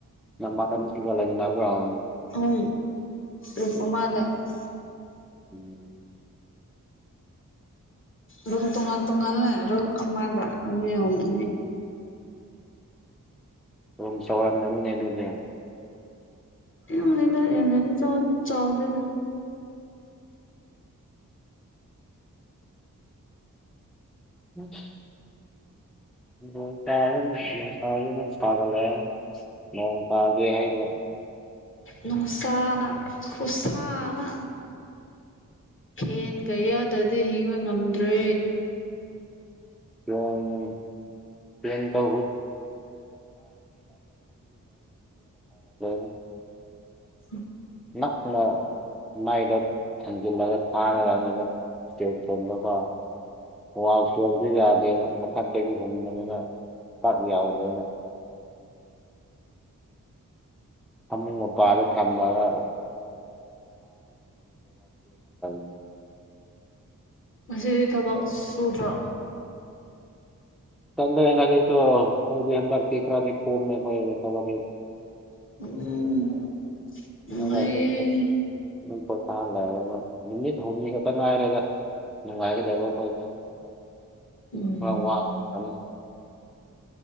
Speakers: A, in the centre; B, on the left.
A: ꯅꯃꯥꯟꯅꯕꯤ ꯁꯤꯡꯒ ꯂꯩꯃꯤꯟꯅꯕ꯭ꯔꯥ <unintelligible>
B: <unintelligible>
A: ꯎꯝ <inaudible>
B: ꯔꯨꯝ ꯇꯣꯉꯥꯜ ꯇꯣꯉꯥꯜꯂꯦ ꯔꯨꯝ ꯑꯃꯗ ꯃꯤ ꯑꯍꯨꯝ <unintelligible>
A: ꯔꯨꯝ ꯆꯥꯎꯔꯝꯒꯅꯤꯅꯦ ꯑꯗꯨꯗꯤ
B: <unintelligible> ꯆꯥꯎꯗꯦꯗ
A: <unintelligible> ꯅꯣꯡ ꯇꯥꯏꯔꯥ ꯅꯨꯡ ꯅꯨꯡꯁꯥꯖꯨ ꯑꯗꯨꯝ ꯁꯥꯒꯠꯂꯛꯑꯦ ꯅꯣꯡ ꯇꯥꯒꯦ ꯍꯥꯏꯅ
B: ꯅꯨꯡꯁꯥꯅ ꯈꯨꯁꯥ ꯑꯃ ꯐꯦꯟꯒ ꯌꯥꯎꯗꯗꯤ ꯍꯤꯡꯕ ꯉꯝꯗ꯭ꯔꯦ
A: <unintelligible> ꯐꯦꯟꯒ <unintelligible>
B: <unintelligible>
A: ꯅꯛꯀꯂꯣꯏ ꯃꯥꯏꯗ ꯊꯥꯡꯖꯤꯜꯂꯒ ꯊꯥꯒꯗꯕꯅꯦꯗ ꯏꯁ꯭ꯇꯦꯟ__ <unintelligible> ꯋꯥꯜ ꯐꯦꯜꯗꯨ ꯌꯥꯗꯦꯕ ꯃꯊꯛꯇꯒꯤ ꯍꯨꯝꯕꯅꯦꯕ ꯄꯥꯛ ꯌꯥꯎꯗꯦꯕ ꯐꯃꯨꯡ ꯃꯄꯥꯗ ꯊꯝꯃꯒ <unintelligible>
B: ꯉꯁꯤꯗꯤ ꯊꯕꯛ ꯁꯨꯗ꯭ꯔꯣ
A: ꯆꯠꯂꯦꯍꯦ ꯉꯁꯤꯁꯨ <unintelligible> ꯍꯟꯗꯛꯇꯤ ꯈꯔꯗꯤ ꯀꯣꯝꯃꯦ <unintelligible> ꯊꯕꯛꯁꯨ
B: <unintelligible> ꯅꯨꯡꯉꯥꯏꯌꯦ
A: ꯅꯪꯅ ꯑꯗꯨꯝ ꯑꯗꯨꯝ ꯄꯣꯊꯥ <unintelligible> ꯅꯨꯃꯤꯠ ꯍꯨꯝꯅꯤ ꯈꯛꯇ ꯉꯥꯏꯔꯦꯗꯥ ꯅꯨꯡꯉꯥꯏꯒꯗꯕ ꯈꯣꯏꯗꯣ
B: ꯎꯝ
A: ꯈꯔ ꯋꯥꯕ ꯈꯛꯇꯅꯤ